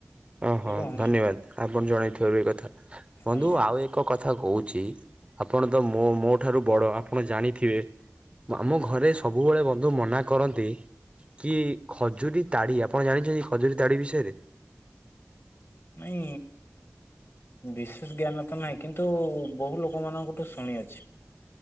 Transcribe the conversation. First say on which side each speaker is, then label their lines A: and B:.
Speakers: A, on the right; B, on the left.
A: ଓ ହଁ,
B: ଏବଂ
A: ଧନ୍ୟବାଦ ଆପଣ ଜଣେଇଥିବାରୁ ଏ କଥା ବନ୍ଧୁ
B: ଆଜ୍ଞା
A: ଆଉ ଏକ କଥା କୁହ। କହୁଛି ଆପଣ ତ ମୋ ଠାରୁ ବଡ ଆପଣ ଜାଣିଥିବେ ଘରେ ସବୁବେଳେ ବନ୍ଧୁ ମନା କରନ୍ତି କି ଖଜୁରୀ ତାଡି ଆପଣ ଜାଣିଛନ୍ତି ଖଜୁରୀ ତାଡି ବିଷୟରେ?
B: ନାଇଁ ବିଶେଷ ଜ୍ଞାନ ତ ନାହିଁ କିନ୍ତୁ ବହୁ ଲୋକମାନଙ୍କଠୁ ଶୁଣିଅଚି।